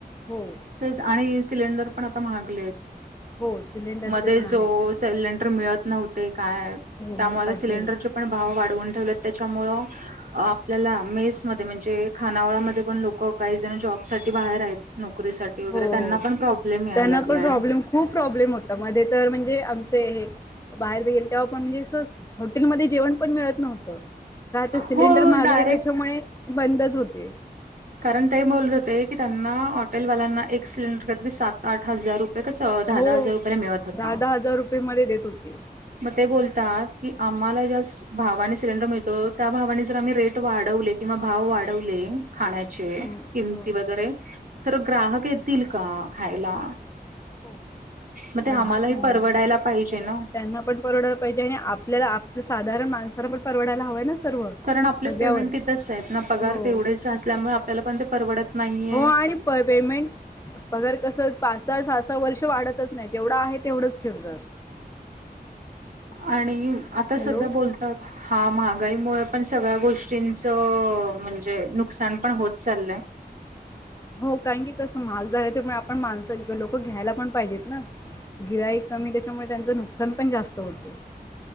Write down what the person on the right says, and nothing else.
तेच आणि सिलेंडर पण आता महागलेत
मध्ये
जो सेलेंडर मिळत नव्हते काय
त्यामुळे आता
सिलेंडरचे पण भाव वाढवून ठेवलेत त्याच्यामुळं आपल्याला मेस मध्ये म्हणजे खानावळामध्ये पण लोक काही जण जॉब साठी बाहेर येत नो करीसाठी वगैरे
त्यांना
पण प्रॉब्लेम याय
लागलाय.
हो
डायरेक्ट
कारण ते बोलत होते की त्यांना हॉटेलवाल्यांना एक सिलेंडर कायतरी सात-आठ हजार रुपये लगेच अं दहा-दहा
हजार रुपयला मिळत होता.
मग ते बोलतात की आम्हाला ज्या भावाने सिलेंडर मिळतो त्या भावाने जर आम्ही रेट वाढवले किंवा भाव वाढवले खाण्याचे
किमती वगैरे तर ग्राहक येतील का खायला?
मग ते
आम्हालाही
परवडायला पाहिजे ना
कारण आपले
पेमेंट तिथंचयत ना. पगार
तेवढेच असल्यामुळे, आपल्याला पण ते परवडत नाहीये
आणि आता सध्या
बोलतात हा महागाईमुळे पण सगळ्या गोष्टींचं म्हणजे, नुकसान पण होत चाललंय.